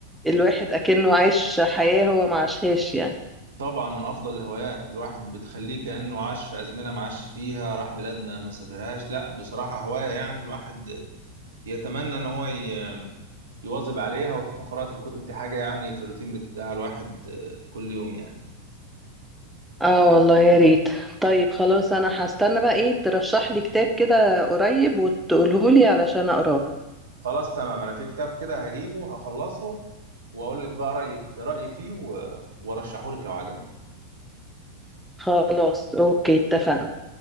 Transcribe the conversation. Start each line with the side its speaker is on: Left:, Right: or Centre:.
Centre: الواحد أكنه عايش حياة هو ما عاشهاش يعني
Right: طبعا من أفضل الهوايات الواحد بتخليه كأنه عاش في أزمنة ما عاش فيها راح بلاد ما ما سافرهاش لأ بصراحة هواية يعني الواحد يتمنى إن هو ي... يواظب عليها وتكون قراءة الكتب دي حاجة يعني في الروتين بتاع الواحد آه، كل يوم يعني
Centre: اه والله يا ريت طيب خلاص انا هستنى بقى ايه ترشح لي كتاب كده قريب وتقوله لي علشان اقراه
Right: خلاص تمام أنا في كتاب كده هجيبه هخلصه وأقول لك بقى رأيي رأيي فيه و- وأرشحه لك لو عجبك
Centre: خلاص اوكي اتفقنا